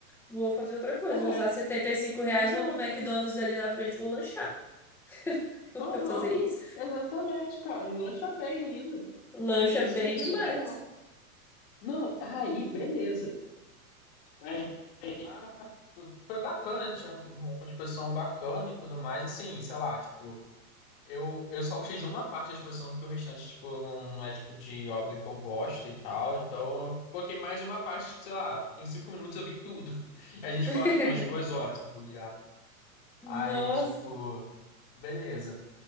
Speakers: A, in the centre; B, on the left (about 40°).
A: Vou fazer outra coisa.
B: É,
A: Vou usar setenta e cinco reais,
B: exato.
A: vou no McDonald's ali na frente, vou lanchar. <laughs> Eu
B: Aham,
A: vou fazer isso.
B: exatamente, cara. E lancha bem ainda.
A: Lancha
B: Porque assim,
A: bem
B: é
A: demais.
B: surreal. Não, aí beleza. Aí, Ah, tipo, foi bacana, tinha uma exposição bacana e tudo mais. Assim, sei lá, tipo, eu, eu só gostei de uma parte da exposição, porque o restante, tipo, não, não é tipo de obra que eu gosto e tal. Então, eu foquei mais em uma parte, tipo, sei lá, em cinco minutos eu vi tudo. <laughs> E a gente ficou
A: <laughs>
B: lá, tipo, umas duas horas se bobear. Aí,
A: Nossa.
B: tipo, beleza.